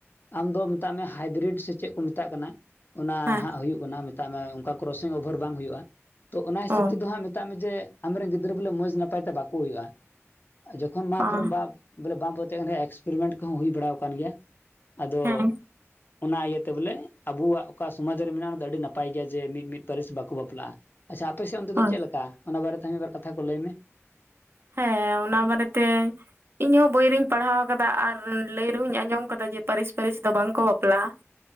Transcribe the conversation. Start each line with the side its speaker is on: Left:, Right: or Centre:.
Left: ᱟᱢ ᱫᱚ ᱢᱮᱛᱟᱜ ᱢᱮ ᱦᱟᱭᱵᱨᱤᱰ ᱥᱮ ᱪᱮᱫ ᱠᱚ ᱢᱮᱛᱟᱜ ᱠᱟᱱᱟ? ᱚᱱᱟ
Right: ᱦᱮᱸ
Left: ᱦᱟᱸᱜ ᱦᱩᱭᱩᱜ ᱠᱟᱱᱟ ᱢᱮᱛᱟᱜ ᱢᱮ ᱚᱱᱠᱟ ᱠᱨᱚᱥᱤᱝ ᱳᱵᱷᱟᱨ ᱵᱟᱝ ᱦᱩᱭᱩᱜᱼᱟ ᱾ ᱛᱚ ᱚᱱᱟ ᱦᱤᱥᱟᱹᱵ
Right: ᱚ
Left: ᱛᱮ ᱫᱚ ᱦᱟᱸᱜ ᱢᱮᱛᱟᱜ ᱢᱮ ᱡᱮ ᱟᱢ ᱨᱮᱱ ᱜᱤᱫᱽᱨᱟᱹ ᱵᱚᱞᱮ ᱢᱚᱸᱡᱽ ᱱᱟᱯᱟᱭ ᱛᱮ ᱵᱟᱠᱚ ᱦᱩᱭᱩᱜᱼᱟ ᱾ ᱠᱷᱚᱱ ᱢᱟ
Right: ᱚ
Left: <unintelligible> ᱵᱚᱞᱮ ᱵᱟᱢ ᱯᱟᱹᱛᱭᱟᱹᱜ ᱠᱟᱱ ᱠᱷᱟᱡ ᱮᱠᱥᱯᱮᱨᱤᱢᱮᱱᱴ ᱠᱚᱦᱚᱸ ᱦᱩᱭ ᱵᱟᱲᱟ ᱟᱠᱟᱱ ᱜᱮᱭᱟ ᱾ ᱟᱫᱚᱼᱼ
Right: ᱦᱮᱸ
Left: ᱚᱱᱟ ᱤᱭᱟᱹᱛᱮ ᱵᱚᱞᱮ ᱟᱵᱚᱣᱟᱜ ᱚᱠᱟ ᱥᱚᱢᱟᱡᱽ ᱨᱮ ᱢᱮᱱᱟᱜᱼᱟ ᱚᱱᱟ ᱫᱚ ᱟᱹᱰᱤ ᱱᱟᱯᱟᱭ ᱜᱮᱭᱟ᱾ ᱡᱮ ᱢᱤᱫ ᱢᱤᱫ ᱯᱟᱹᱨᱤᱥ ᱵᱟᱠᱚ ᱵᱟᱯᱞᱟᱜᱼᱟ᱾ ᱟᱪᱪᱷᱟ ᱟᱯᱮ ᱥᱮᱫ ᱚᱱᱛᱮ
Right: ᱦᱳᱭ
Left: ᱫᱚ ᱪᱮᱫ ᱞᱮᱠᱟ ᱚᱱᱟ ᱵᱟᱨᱮᱛᱮ ᱢᱤᱫ ᱵᱟᱨ ᱠᱟᱛᱷᱟ ᱠᱚ ᱞᱟᱹᱭ ᱢᱮ ᱾
Right: ᱦᱮᱸ ᱚᱱᱟ ᱵᱟᱨᱮ ᱛᱮ ᱼᱼ ᱤᱧ ᱦᱚᱸ ᱵᱳᱭ ᱨᱮᱤᱧ ᱯᱟᱲᱦᱟᱣ ᱟᱠᱟᱫᱟ ᱟᱨ ᱞᱟᱹᱭ ᱨᱮ ᱦᱩᱧ ᱟᱸᱡᱚᱢ ᱠᱟᱫᱟ ᱡᱮ ᱯᱟᱹᱨᱤᱥ ᱯᱟᱹᱨᱤᱥ ᱫᱚ ᱵᱟᱝ ᱠᱚ ᱵᱟᱯᱞᱟᱜᱼᱟ ᱾